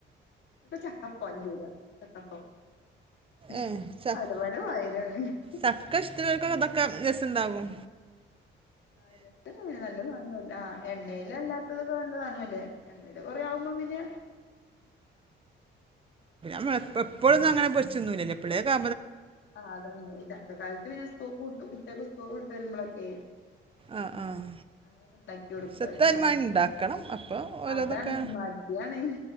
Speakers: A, on the left; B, on the right.
A: <unintelligible>
B: ഏ ചക്ക ചക്ക ഇഷ്ടള്ളോർക്കൊക് ഇതൊക്കെ രസണ്ടാവും.
A: ആഹ് <unintelligible> നല്ല സാധനവും അല്ലേ ആഹ് എണ്ണയില അല്ലാത്തകൊണ്ട്നല്ലല്ലേ. എണ്ണയില് കൊറെയാവുമ്പം പിന്നെ
B: <unintelligible> പ്പളുന്നങ്ങനെ പൊര്ച്ചുന്നൂലല്ലോ എപ്പളെയ് കാ
A: ആഹ് അതന്നെ <unintelligible> ചക്കക്കാലത്ത് പിന്നെ സ്കൂൾ കൂ കുട്ട്യേക്ക്‌ സ്കൂൾ കൂട്ട് വരുമ്പളൊക്കെ
B: ആഹ് ആഹ്
A: അങ്ങനൊക്കെ ഇണ്ടാക്കി കൊടുക്ക
B: സെത്തൽമാ
A: പക്ഷെ ഞമ്മക്കിപ്പം
B: ഉണ്ടാക്കണം അപ്പോ ഓരോ
A: അതാണ്
B: നൊക്കെ
A: മടിയാണ്